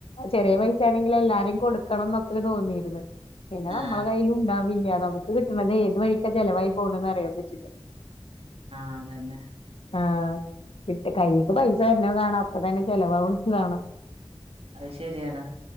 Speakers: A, on the left; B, on the right.
A: ചെറിയ പെെസേണെങ്കിലും എല്ലാരേം കൊടുക്കണന്നൊക്കെ തോന്നീര്ന്ന് പിന്നെ നമ്മളെ
B: ആ
A: കയ്യിലൂണ്ടാവില്ല നമുക്ക് കിട്ടണത് ഏത് വഴിക്കാ ചെലവായി പോണേന്ന് അറിയാൻ പറ്റില്ല.
B: അത് തന്നെ
A: ആഹ് കിട്ട് കൈയിക്ക് പൈസ വരുന്നേ കാണാം അപ്പതന്നെ ചെലവാവ്ണെ കാണാം
B: അത് ശെരിയാണ്